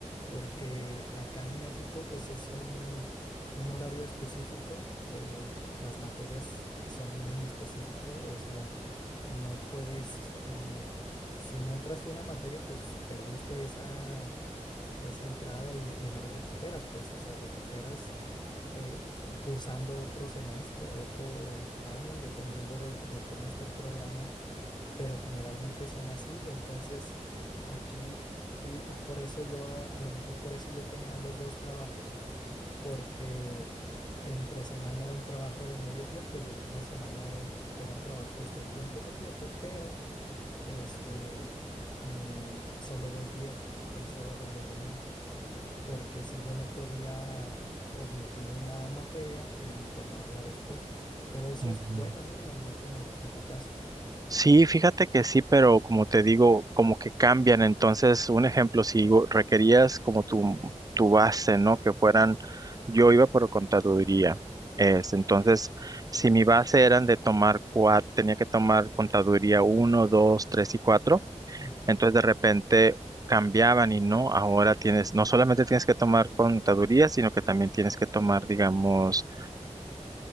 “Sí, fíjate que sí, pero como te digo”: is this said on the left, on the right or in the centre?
Right